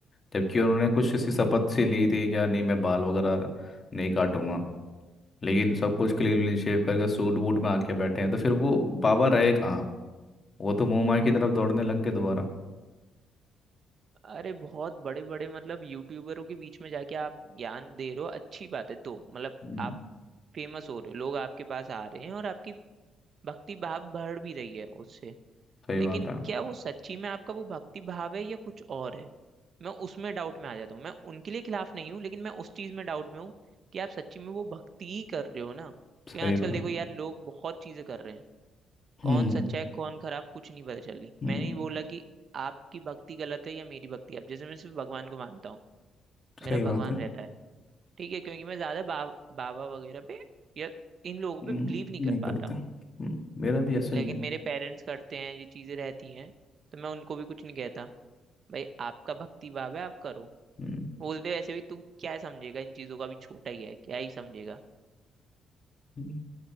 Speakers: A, on the left (about 35°); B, on the right (about 55°).
A: जबकि उन्होंने कुछ ऐसी शपथ सी ली थी क्या नहीं मैं बाल वगैरह नहीं काटूंगा लेकिन सब कुछ क्लीन शेव करके सूट वूट में आके बैठे हैं तो फिर वो बाबा रहे कहाँ वो तो मुंह माय की तरफ दौड़ने लग गए दोबारा
B: अरे बहुत बड़े बड़े मतलब यूट्यूबरों के बीच में जाके आप ज्ञान दे रहे हो अच्छी बात है दो मतलब
A: हम्म,
B: आप फेमस हो रहे हो लोग आपके पास आ रहे हैं और आपकी भक्ति भाव बढ़ भी रही है उससे
A: सही
B: लेकिन
A: बात है
B: क्या वो सच्ची में आपका वो भक्ति भाव है या कुछ और है मैं उसमें डाउट में आ जाता हूँ मैं उनके लिए खिलाफ नहीं हूँ लेकिन मैं उस चीज में डाउट में हूँ कि आप सच्ची में वो भक्ति ही कर रहे हो ना क्योंकि
A: सही
B: आजकल
A: बात
B: देखो यार लोग बहुत चीजें कर रहे हैं
A: हम्म
B: कौन सच्चा है कौन खराब कुछ नहीं पता चल रही
A: हम्म,
B: मैंने ये बोला कि आपकी भक्ति गलत है या मेरी भक्ति अब जैसे मैं सिर्फ भगवान को मानता हूँ मेरा
A: सही बात
B: भगवान
A: है
B: रहता है ठीक है क्योंकि मैं ज्यादा बा, बाबा वगैरह पे या इन लोगों पे
A: हम्म,
B: बिलीव नहीं कर
A: नहीं करते
B: पाता
A: हम्म, मेरा भी ऐसा
B: लेकिन
A: ही है
B: मेरे पेरेंट्स करते हैं ये चीजें रहती हैं तो मैं उनको भी कुछ नहीं कहता भाई आपका भक्ति भाव है आप करो
A: हम्म,
B: बोलते वैसे भी तू क्या ही समझेगा इन चीजों का भी छोटा ही है क्या ही समझेगा
A: हम्म।